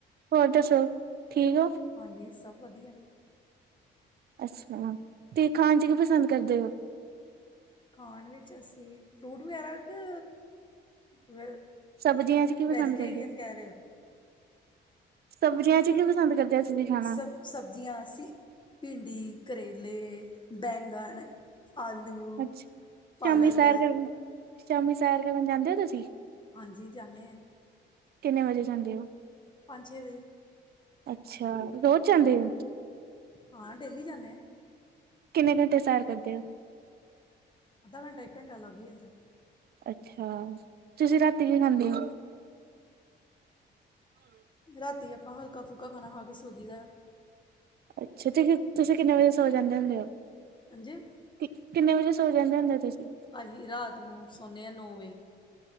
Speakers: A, on the right; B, on the left.
A: ਹੋਰ ਦੱਸੋ ਠੀਕ ਹੋ!
B: ਹਾਂਜੀ, ਸਭ ਵਧੀਆ।
A: ਅੱਛਾ, ਤੇ ਖਾਣ ਚ ਕੀ ਪਸੰਦ ਕਰਦੇ ਹੋ?
B: ਖਾਣ ਵਿੱਚ ਅਸੀਂ ਫਰੂਟ ਵਗੈਰਾ ਕ ਵ
A: ਸਬਜ਼ੀਆਂ ਚ ਕੀ ਪਸੰਦ
B: ਵੈਜੀਟੇਰੀਅਨ
A: ਕਰਦੇ
B: ਕਹਿ ਰਹੇ ਹੋ!
A: ਸਬਜ਼ੀਆਂ ਚ ਕੀ ਪਸੰਦ ਕਰਦੇ ਆ? ਅਸਲੀ ਖਾਣਾ।
B: ਸਬ ਸਬਜ਼ੀਆਂ ਅਸੀਂ ਭਿੰਡੀ, ਕਰੇਲੇ। ਬੈਂਗਣ, ਆਲੂ,
A: ਅੱਛਾ
B: ਪਾਲਕ।
A: ਸ਼ਾਮੀ ਸੈਰ ਕਰਨ ਸ਼ਾਮੀ, ਸੈਰ ਕਰਨ ਜਾਂਦੇ ਹੋ ਤੁਸੀਂ?
B: ਹਾਂਜੀ, ਜਾਂਦੇ ਹਾਂ
A: ਕਿੰਨੇ ਵਜੇ ਜਾਂਦੇ ਹੋ
B: ਪੰਜ, ਛੇ ਵਜੇ।
A: ਅੱਛਾ, ਰੋਜ਼ ਜਾਂਦੇ ਹੋ?
B: ਹਾਂ, ਡੇਲੀ ਜਾਂਦੇ ਹਾਂ।
A: ਕਿੰਨੇ ਘੰਟੇ ਸੈਰ ਕਰਦੇ ਹੋ?
B: ਅੱਧਾ ਘੰਟਾ, ਇੱਕ ਘੰਟਾ ਲੱਗ ਹੀ ਜਾਂਦਾ।
A: ਅੱਛਾ, ਤੁਸੀਂ ਰਾਤੀ ਕੀ ਖਾਂਦੇ ਹੋ?
B: ਰਾਤੀ ਆਪਾਂ ਹਲਕਾ, ਫੁਲਕਾ ਖਾਣਾ ਖਾ ਕੇ ਸੋਜੀ ਦਾ।
A: ਅੱਛਾ, ਤੁ ਤੁਸੀਂ ਕਿੰਨੇ ਵਜੇ ਸੌ ਜਾਂਦੇ ਹੁੰਦੇ ਹੋ?
B: ਹਾਂਜੀ
A: ਕਿੰਨੇ ਵਜੇ, ਸੋ ਜਾਂਦੇ ਹੁੰਦੇ ਤੁਸੀਂ?
B: ਅਸੀਂ ਰਾਤ ਨੂੰ ਸੌਦੇ ਹਾਂ, ਨੌ ਵਜੇ।